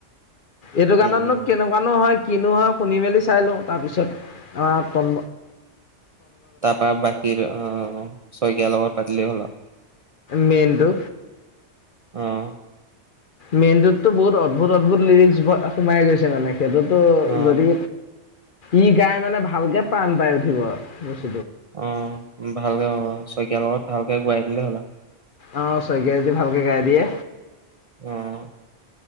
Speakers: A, on the left (about 55°); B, on the right (about 50°).
A: এইটো গানতনো
B: উম উম
A: কেনেকুৱানো হয় কিনো হয় শুনি মেলি চাই লওঁ তাৰপিছত তল
B: তপা বাকীৰ অ চ বদল হল
A: মেইলটো
B: অহ
A: মেইনটোতো বহুত অদ্ভূত অদ্ভুত লিৰিচ সোমাই গৈছে মানে সেইটোতো
B: অ
A: যদি ই গাই মানে ভালকে প্ৰাণ পাই উঠিব আৰু
B: অ ভালকে হ'ব শইকীয়াৰ লগত ভালকে ঘূৰাই দিলে হ'লা
A: অ শইকীয়া যদি ভালকে গাই দিয়ে
B: উম